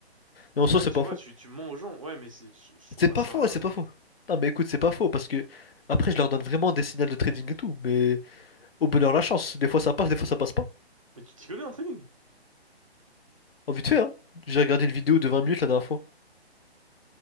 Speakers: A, on the left (about 60°); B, on the right (about 30°).
A: Et en soi,
B: Ouais,
A: c'est
B: tu
A: pas
B: vois,
A: faux.
B: tu, tu mens aux gens. Ouais, mais c'est, je, je trouve
A: C'est
B: pas
A: pas
B: ça.
A: faux, ouais, c'est pas faux. Non, mais écoute, c'est pas faux, parce que après, je leur donne vraiment des signaux de trading et tout, mais au bonheur, la chance. Des fois, ça passe, des fois, ça passe pas.
B: Mais tu t'y connais en trading.
A: Oh, vite fait, hein. J'ai regardé une vidéo de 20 minutes la dernière fois.